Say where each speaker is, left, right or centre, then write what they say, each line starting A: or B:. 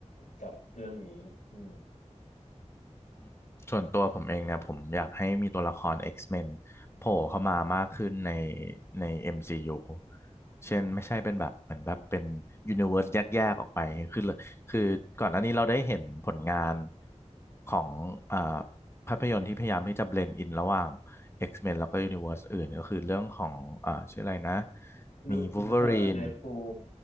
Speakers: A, on the left; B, on the left.
A: กับเรื่องนี้อืม
B: อืมส่วนตัวผมเองเนี่ยผมอยากให้มีตัวละคร X-Men โผล่เข้ามามากขึ้นในใน MCU เช่นไม่ใช่เป็นแบบเหมือนแบบเป็นยูนิเว s ร์สแยกๆออกไปคือเลยคือก่อนหน้านี้เราได้เห็นผลงานของอ่าภาพยนตร์ที่พยายามที่จะเบลนด์อินระหว่าง X-Men แล้วก็ยูนิเว s ร์สอื่นก็คือเรื่องของอ่าชื่ออะไรนะ
A: ดูเอ่อเดดพูล
B: มี Wolverine